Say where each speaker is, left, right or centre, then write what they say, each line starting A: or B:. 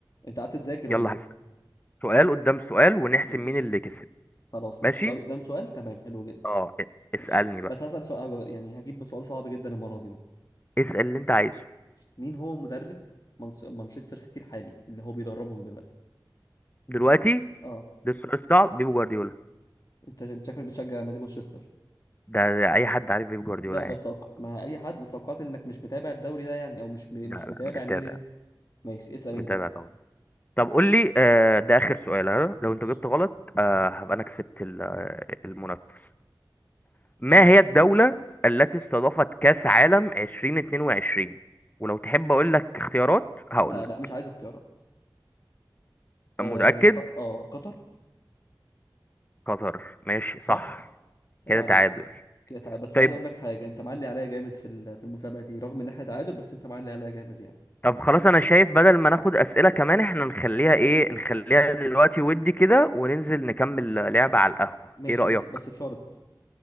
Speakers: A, on the left; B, on the left.
A: انت قعدت تذاكر ولا
B: يلا
A: ايه
B: هس سؤال قدام سؤال ونحسب
A: ماشي
B: مين اللي كسب
A: خلاص ماشي
B: ماشي
A: سؤال قدام سؤال تمام حلو جدا
B: اه ا- اسألني
A: ماشي
B: بقى
A: بس هسأل سؤال هج- يعني هجيب سؤال صعب جدا المرة دي بقى
B: اسأل اللي انت عايزه
A: مين هو مدرب منس- مانشستر سيتي الحالي اللي هو بيدربهم دلوقتي
B: دلوقتي
A: اه
B: ده السؤال الصعب بيب جوارديولا
A: انت انت شكلك بتشجع نادي مانشستر
B: ده, ده اي حد عارف بيب جوارديولا
A: لا بس
B: يعني
A: توق- ما اي حد بس توقعت انك مش متابع الدوري ده يعني او مش م-
B: لا
A: مش
B: لا
A: متابع
B: متابع
A: النادي ده ماشي اسأل
B: متابع
A: انت بقى
B: طبعا طب قول لي آه ده اخر سؤال ها؟
A: ماشي
B: لو انت جبت غلط آه هبقى انا كسبت ال- آه، المنافسة ما
A: ماشي
B: هي الدولة التي استضافت كأس عالم 2022 ولو تحب اقول لك اختيارات هقول
A: لا
B: لك
A: لا مش عايز اختيارات آه,
B: متأكد
A: ق... اه قطر
B: قطر ماشي صح
A: صح عيب
B: كده
A: عليك
B: تعادل
A: كده تعال بس
B: طيب
A: عايز اقول لك حاجه انت معلي عليا جامد في ال- في المسابقه دي رغم ان احنا تعادل بس انت معلي عليا جامد يعني
B: طب خلاص انا شايف بدل ما ناخد أسئلة كمان احنا نخليها ايه نخليها دلوقتي ودي كده وننزل نكمل لعبة على القهوة
A: ماشي
B: ايه رأيك
A: بس بس بشرط